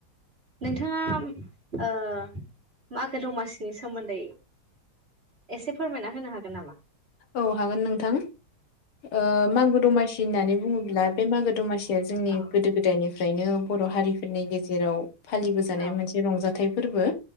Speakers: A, on the right; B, on the left.
A: नोंथाङा ओ मागो दमासिनि सोमोन्दै एसे फोरमायना होनो हागोन नामा?
B: औ हागोन नोंथां। ओ मागो दमासि होननानै बुङोब्ला ब्ला बे मागो दमासिया जोंनि
A: औ
B: गोदो गोदायनिफ्रायनो बर' हारिफोरनि गेजेराव फालिबोजानाय
A: औ
B: मोनसे रंजाथाइ फोरबो।